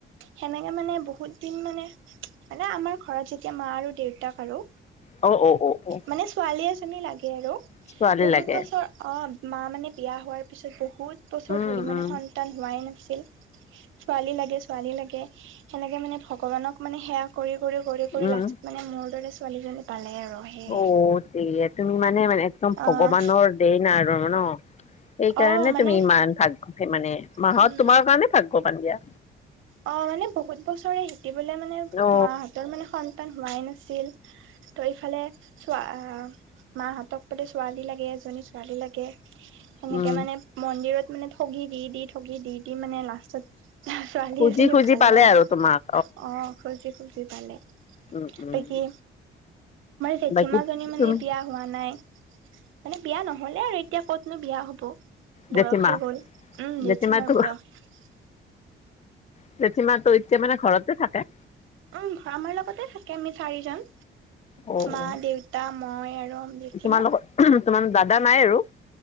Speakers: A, on the right (about 85°); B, on the left (about 35°).
A: সেনেকে মানে বহুত দিন মানে মানে আমাৰ ঘৰত যেতিয়া মা আৰু দেউতাক আৰু।
B: অ' অ' অ' অ'।
A: মানে ছোৱালী লাগে আৰু
B: ছোৱালী
A: বহুত
B: লাগে
A: বছৰ অ' মা মানে বিয়া হোৱাৰ পিছত বহুত। বছৰ
B: উম
A: ধৰি মানে
B: উম
A: সন্তান হোৱাই নাছিল। ছোৱালী লাগে ছোৱালী লাগে সেনেকে মানে ভগৱানক মানে সেৱা কৰি কৰি কৰি কৰি
B: উম
A: লাষ্টত মানে মোৰ দৰে ছোৱালীজনী পালে আৰু। সেয়ে।
B: অ' দ তুমি মানে মানে একদম ভগৱানৰ
A: অ'
B: দে নাই আৰু ন। সেইকাৰণে
A: অ', মানে
B: তুমি ইমান ভাকে মানে মাহত
A: উম,
B: তোমাৰ কাৰণে ভাগৱান দিয়া।
A: অ' মানে বহুত বছৰে শিকিবলৈ মানে
B: অ
A: মাহঁতৰ মানে সন্তান হোৱাই নাছিল। তো এইফালে চোৱা। মাহঁতক বোলে ছোৱালী লাগে এজনী ছোৱালী লাগে সেনেকে
B: উম
A: মানে মন্দিৰত মানে ঠগি দি দি ঠগি দি দি মানে লাষ্টত। ছোৱালী
B: খুজি
A: এজনী
B: খুজি
A: ভালে
B: পালে
A: আৰু
B: তোমাক
A: অ' খুজি খুজি পালে।
B: উম উম
A: বাকী জেঠীমা
B: বাকী
A: জনি মানে
B: তুমি
A: বিয়া হোৱা নাই। মানে বিয়া নহ'লে আৰু এতিয়া কতনো বিয়া হ'ব।
B: জেঠীমা
A: বয়সে গ'ল, উম,
B: জেঠীমাটো
A: জেঠিমাৰ বয়স।
B: <unintelligible> ত' এতিয়া মানে ঘৰতে থাকে।
A: উম, আমাৰ লগতে থাকে আমি চাৰিজন
B: অ
A: মা
B: অ
A: দেউতা মই আৰু জেঠীমা
B: তোমাৰ লোকৰ দাদা নাই আৰু?